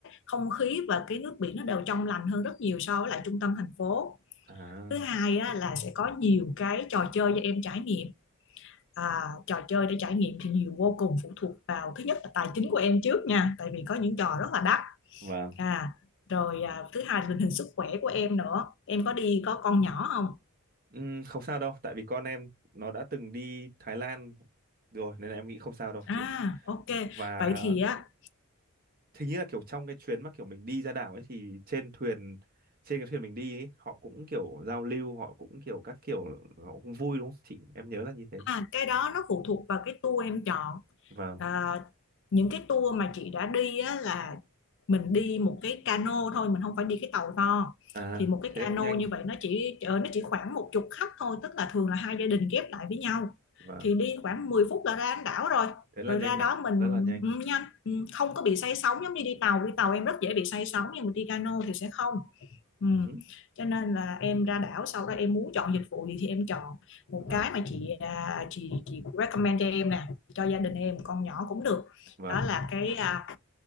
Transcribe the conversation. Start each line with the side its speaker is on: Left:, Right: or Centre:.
Left: không khí và cái nước biển nó đều trong lành hơn rất nhiều so với lại trung tâm thành phố.
Right: À
Left: Thứ hai á, là sẽ có nhiều cái trò chơi cho em trải nghiệm. À, trò chơi để trải nghiệm thì nhiều vô cùng phụ thuộc vào thứ nhất là tài chính của em trước nha, tại vì có những trò rất là đắt.
Right: vâng.
Left: À, rồi à, thứ hai là tình hình sức khỏe của em nữa. Em có đi có con nhỏ không?
Right: Ừm, không sao đâu, tại vì con em nó đã từng đi Thái Lan rồi nên là em nghĩ không sao đâu
Left: À,
Right: chị.
Left: ok.
Right: Và
Left: Vậy thì á
Right: hình như là kiểu trong cái chuyến mà kiểu mình đi ra đảo ấy thì trên thuyền trên cái thuyền mình đi ấy, họ cũng kiểu giao lưu, họ cũng kiểu các kiểu họ cũng vui đúng không? Chị em nhớ là như thế.
Left: À, cái đó nó phụ thuộc vào cái tour em chọn.
Right: Vâng.
Left: À, những cái tour mà chị đã đi á, là mình đi một cái cano thôi, mình không phải đi cái tàu to.
Right: À
Left: Thì một cái
Right: thế
Left: cano
Right: cũng nhanh.
Left: như vậy nó chỉ ờ, nó chỉ khoảng một chục khách thôi, tức là thường là hai gia đình ghép lại với nhau.
Right: Vâng.
Left: Thì đi khoảng 10 phút là ra đến đảo rồi.
Right: Thế là
Left: Rồi
Right: nhanh
Left: ra đó
Right: đấy,
Left: mình
Right: rất là nhanh.
Left: ừ, nhanh, ừ, không có bị say sóng giống như đi tàu. Đi tàu em rất dễ bị say sóng nhưng mà đi cano thì sẽ không. Ừ.
Right: Ừ, hứ,
Left: Cho nên là em ra đảo sau đó em muốn chọn dịch vụ gì thì em chọn một
Right: vâng
Left: cái mà chị à, chị chị recommend cho em nè cho gia đình em con nhỏ cũng được
Right: vâng
Left: đó là cái à,